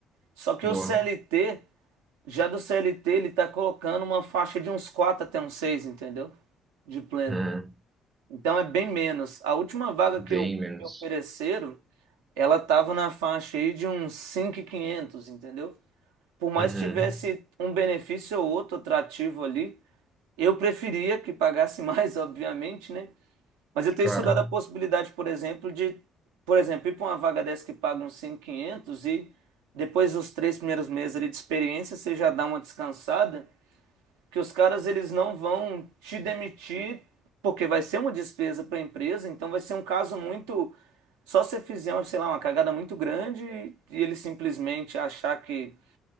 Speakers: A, on the right; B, on the right.
A: Só que
B: Boa.
A: o CLT, já do CLT, ele tá colocando uma faixa de uns quatro até uns seis, entendeu? De pleno.
B: Uhum.
A: Então é bem menos. A última vaga
B: Bem
A: que eu
B: menos.
A: me ofereceram ela tava na faixa aí de uns cinco mil e quinhentos entendeu? Por mais
B: Uhum.
A: que tivesse um benefício ou outro atrativo ali, eu preferia que pagasse <laughs> mais, obviamente, né? Mas eu tenho
B: Claro.
A: estudado a possibilidade, por exemplo, de, por exemplo, ir para uma vaga dessa que paga uns 5.500 e depois dos três primeiros meses ali de experiência, você já dá uma descansada que os caras eles não vão te demitir porque vai ser uma despesa para a empresa, então vai ser um caso muito só se fizer, sei lá, uma cagada muito grande e e ele simplesmente achar que